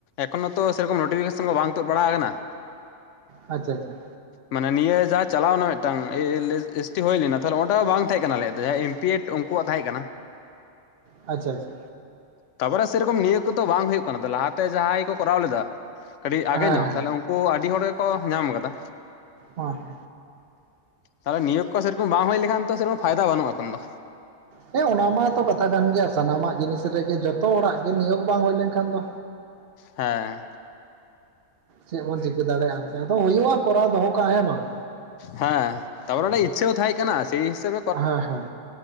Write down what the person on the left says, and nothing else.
ᱮᱠᱷᱚᱱᱳᱛᱚ ᱥᱮ ᱨᱚᱠᱚᱢ ᱱᱚᱴᱤᱯᱷᱤᱠᱮᱥᱚᱱ ᱠᱚ ᱵᱟᱝ ᱛᱩᱫ ᱵᱟᱲᱟ ᱟᱠᱟᱱᱟ,
ᱢᱟᱱᱮ ᱱᱤᱭᱟᱹ ᱡᱟᱦᱟᱸ ᱪᱟᱞᱟᱣ ᱮᱱᱟ ᱢᱤᱫᱴᱟᱝ ᱮ ᱮᱞ ᱮᱥ ᱴᱤ ᱦᱩᱭ ᱞᱮᱱᱟ ᱛᱟᱦᱞᱮ ᱚᱸᱰᱮ ᱦᱚᱸ ᱵᱟᱝ ᱛᱟᱦᱮᱸ ᱠᱟᱱᱟᱞᱭᱟᱜ ᱫᱚ ᱡᱟᱦᱟᱸ ᱮᱢ ᱯᱤ ᱮᱰ ᱩᱱᱠᱩᱣᱟᱜ ᱛᱟᱦᱮᱸ ᱠᱟᱱᱟ
ᱛᱟᱯᱚᱨᱮ ᱥᱮᱨᱚᱠᱚᱢ ᱱᱤᱭᱳᱜ ᱠᱚᱛᱚ ᱵᱟᱝ ᱦᱩᱭᱩᱜ ᱠᱟᱱᱟ ᱞᱟᱦᱟᱛᱮ ᱡᱟᱦᱟᱸᱭ ᱠᱚ ᱠᱚᱨᱟᱣ ᱞᱮᱫᱟ, ᱠᱟᱹᱴᱤᱡ ᱟᱜᱮ
ᱧᱚᱜ ᱛᱟᱦᱞᱮ ᱩᱱᱠᱩ ᱟᱹᱰᱤ ᱦᱚᱲ ᱜᱮᱠᱚ ᱧᱟᱢ ᱟᱠᱟᱫᱟ,
ᱛᱟᱦᱚᱞᱮ ᱱᱤᱭᱳᱜ ᱠᱚ ᱥᱮ ᱨᱚᱠᱚᱢ ᱵᱟᱝ ᱦᱩᱭ ᱞᱮᱠᱷᱟᱱ ᱛᱚ ᱥᱮᱨᱚᱠᱚᱢ ᱯᱷᱟᱭᱫᱟ ᱵᱟᱹᱱᱼᱟ ᱮᱠᱷᱚᱱ ᱫᱚ
ᱦᱮᱸ
ᱦᱮᱸ ᱛᱟᱨᱯᱚᱨᱮ ᱚᱱᱮ ᱤᱪᱪᱷᱟᱹ ᱠᱚ ᱛᱟᱦᱮᱸ ᱠᱟᱱᱟ ᱥᱮᱭ ᱦᱤᱥᱟᱹᱵ